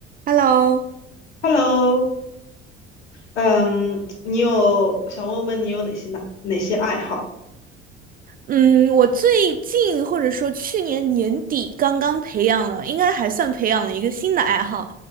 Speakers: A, on the right; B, on the left.
A: Hello，
B: Hello，嗯，你有想问问你有哪些哪哪些爱好？
A: 嗯，我最近或者说去年年底刚刚培养了，应该还算培养了一个新的爱好，